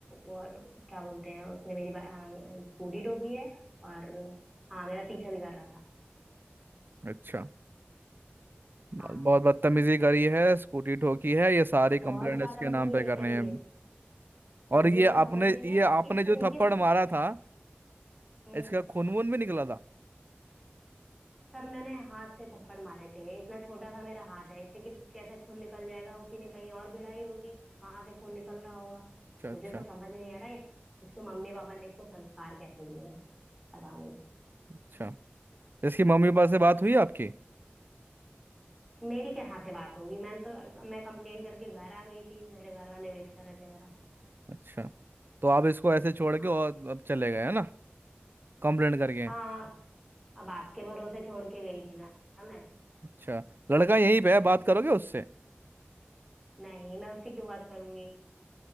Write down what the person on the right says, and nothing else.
अच्छा
बहुत
बदतमीजी करी है स्कूटी ठोकी है ये सारी कंप्लेंट
इसके
नाम पे करनी
है
और ये
आपने
ये
आपने
जो
थप्पड़
मारा था
इसका खून वून भी निकला था
अच्छा अच्छा
अच्छा इसकी मम्मी पापा से बात हुई आपकी
अच्छा तो आप इसको ऐसे छोड़
के और अब चले गए है ना कंप्लेंट करके
अच्छा लड़का यहीं पे है बात करोगे उससे